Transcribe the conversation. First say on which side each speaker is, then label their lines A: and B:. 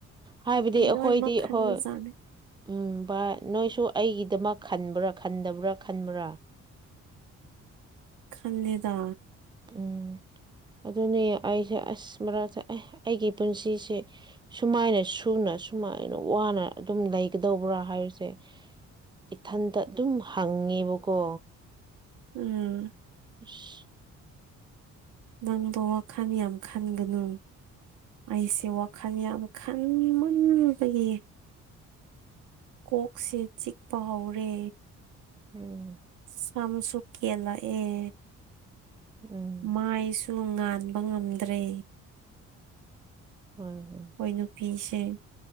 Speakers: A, on the right; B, on the right.
A: ꯍꯥꯏꯕꯗꯤ
B: ꯅꯨꯄꯤ
A: ꯑꯩꯈꯣꯏꯗꯤ
B: ꯂꯣꯏꯅꯃꯛ ꯈꯟꯕꯖꯥꯠꯅꯤ
A: ꯍꯣꯏ ꯎꯝ ꯚꯥꯏ ꯅꯣꯏꯁꯨ ꯑꯩꯒꯤꯗꯃꯛ ꯈꯟꯕ꯭ꯔꯥ ꯈꯟꯗꯕ꯭ꯔꯥ ꯈꯟꯕ꯭ꯔꯥ
B: ꯈꯟꯂꯦꯗ
A: ꯎꯝ ꯑꯗꯨꯅꯦ ꯑꯩꯁꯦ ꯑꯁ ꯃꯔꯛꯇ ꯑꯩꯒꯤ ꯄꯨꯟꯁꯤꯁꯦ ꯁꯨꯃꯥꯏꯅ ꯁꯨꯅ ꯁꯨꯃꯥꯏꯅ ꯋꯥꯅ ꯑꯗꯨꯝ ꯂꯩꯒꯗꯧꯕ꯭ꯔꯥ ꯍꯥꯏꯕꯁꯦ ꯏꯊꯟꯇ ꯑꯗꯨꯝ ꯍꯪꯉꯦꯕꯀꯣ
B: ꯎꯝ
A: ꯑꯁ <inaudible>
B: ꯅꯪꯗꯣ ꯋꯥꯈꯜ ꯌꯥꯝ ꯈꯟꯒꯅꯨ ꯑꯩꯁꯦ ꯋꯥꯈꯜ ꯌꯥꯝ ꯈꯟꯃꯟꯕꯒꯤ ꯀꯣꯛꯁꯦ ꯆꯤꯛꯄ ꯍꯧꯔꯦ
A: ꯎꯝ
B: ꯁꯥꯝꯁꯨ ꯀꯦꯟ‌ꯂꯛꯑ‌ꯦ
A: ꯎꯝ
B: ꯃꯥꯏꯁꯨ ꯉꯥꯟꯕ ꯉꯝꯗ꯭ꯔꯦ
A: ꯍ‌ꯣꯏ ꯍꯣꯏ
B: ꯃ‌ꯣꯏ ꯅꯨꯄꯤꯁ‌ꯦ